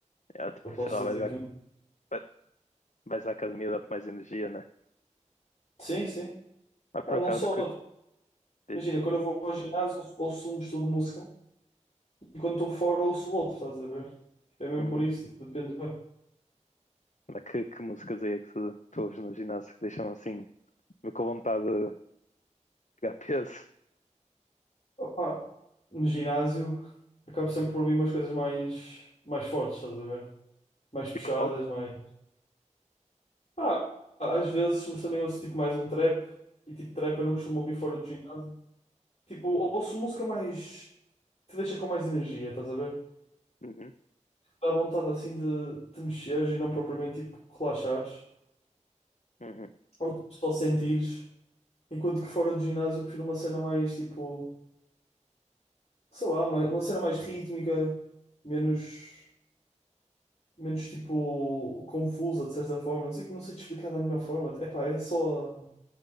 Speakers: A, on the left (about 75°); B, on the left (about 55°).
A: É, tipo,
B: Eu posso
A: sei lá,
B: dizer
A: vais
B: aqui
A: à,
B: um.
A: vai- vais à academia, dá-te mais energia, né?
B: Sim, sim.
A: Mas
B: Ah,
A: por
B: não
A: acaso
B: só.
A: que dizes?
B: Imagina, quando eu vou ao ginásio, ouço ouço um estudo de música. E quando estou fora ouço o outro, estás a ver? Tipo, é mesmo
A: Uhum.
B: por isso, tipo, depende.
A: Mas que, que músicas aí é que tu, tu ouves no ginásio que deixam assim, com vontade de pegar peso?
B: Opá, no ginásio acabo sempre por ouvir umas coisas mais, mais fortes, estás a ver? Mais puxadas,
A: Tipo rock?
B: mais. Ah, às vezes, mas também ouço tipo mais um trap e tipo trap eu não costumo ouvir fora do ginásio. Tipo, ouço música mais. te deixa com mais energia, estás a ver?
A: Uhum.
B: Dá vontade assim de te mexeres e não propriamente tipo relaxares
A: Uhum.
B: ou tipo, só sentires. Enquanto que fora do ginásio eu prefiro uma cena mais tipo. sei lá, uma, uma cena mais rítmica, menos, menos tipo confusa de certa forma. Não sei, não sei te explicar da melhor forma. Epá, é só